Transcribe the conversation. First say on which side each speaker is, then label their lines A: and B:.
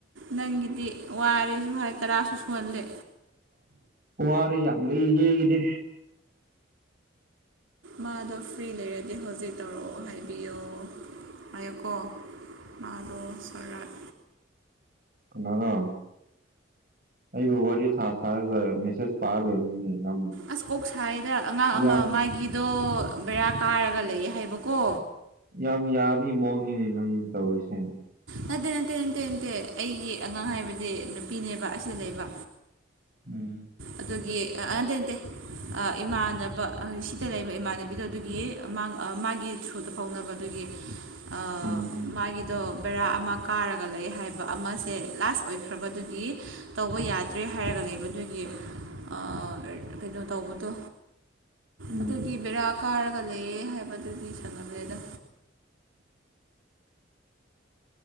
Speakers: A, on the right; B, on the right.
A: ꯅꯪꯒꯤꯗꯤ ꯋꯥꯔꯦꯁꯨ ꯍꯥꯏ ꯇꯔꯥꯁꯨ ꯁꯨꯍꯜꯂꯦ
B: ꯋꯥꯔꯤ ꯌꯥꯝ ꯂꯩꯌ‌ꯦ ꯑꯩꯗꯤ
A: ꯃꯥꯗꯣ ꯐ꯭ꯔꯤ ꯂꯩꯔꯗꯤ ꯍꯧꯖꯤꯛ ꯇꯧꯔꯛꯑꯣ ꯍꯥꯏꯕꯤꯌꯣ ꯍꯥꯏꯌꯣꯀꯣ ꯃꯥꯗꫭ ꯁꯣꯔꯥꯠ
B: ꯀꯟꯅꯔꯥ ꯑꯩꯕꯨ ꯋꯥꯔꯤ ꯁꯥ ꯁꯥꯔꯒ ꯃꯦꯁꯦꯖ ꯄꯥꯔ ꯂꯩꯕꯅꯤꯅꯦ ꯌꯥꯝ
A: ꯑꯁ ꯀꯣꯛ ꯁꯥꯏꯗ ꯑꯉꯥꯡ ꯑꯃ
B: ꯌꯥꯝ
A: ꯃꯥꯒꯤꯗꯣ ꯕꯦꯔꯥ ꯀꯥꯔꯒ ꯂꯩꯌ‌ꯦ ꯍꯥꯏꯕꯀꯣ
B: ꯌꯥꯝ ꯌꯥꯕꯩ ꯃꯑꯣꯡꯅꯤꯅꯦ ꯅꯪ ꯇꯧꯔꯤꯁꯦ
A: ꯅꯠꯇꯦ ꯅꯠꯇꯦ ꯅꯠꯇꯦ ꯅꯠꯇꯦ ꯑꯩꯒꯤ ꯑꯉꯥꯡ ꯍꯥꯏꯕꯗꯤ ꯅꯨꯄꯤꯅꯦꯕ ꯑꯁꯤꯗ ꯂꯩꯕ
B: ꯎꯝ
A: ꯑꯗꯨꯒꯤ ꯑꯥ ꯅꯠꯇꯦ ꯅꯠꯇꯦ ꯑꯥ ꯏꯃꯥꯟꯅꯕ ꯁꯤꯗ ꯂꯩꯕ ꯏꯃꯥꯟꯅꯕꯤꯗꯣ ꯑꯗꯨꯒꯤ ꯃꯥꯒꯤ ꯊ꯭ꯔꯨꯗ ꯐꯥꯎꯅꯕ ꯑꯗꯨꯒꯤ ꯑꯥ
B: ꯎꯝ
A: ꯃꯥꯒꯤꯗꯣ ꯕꯦꯔꯥ ꯑꯃ ꯀꯥꯔꯒ ꯂꯩ ꯍꯥꯏꯕ ꯑꯃꯁꯦ ꯂꯥꯁ ꯑꯣꯏꯈ꯭ꯔꯕ ꯑꯗꯨꯒꯤ ꯇꯧꯕ ꯌꯥꯗ꯭ꯔꯦ ꯍꯥꯏꯔꯒ ꯂꯩꯕꯗꯨꯒꯤ ꯑꯥ ꯀꯩꯅꯣ ꯇꯧꯕꯗꯣ
B: ꯎꯝ
A: ꯑꯗꯨ ꯇꯤ ꯕꯦꯔꯥ ꯀꯥꯔꯒ ꯂꯩꯌꯦ ꯍꯥꯏꯕꯗꯨꯒꯤ ꯁꯥꯟꯅꯕꯅꯦꯗ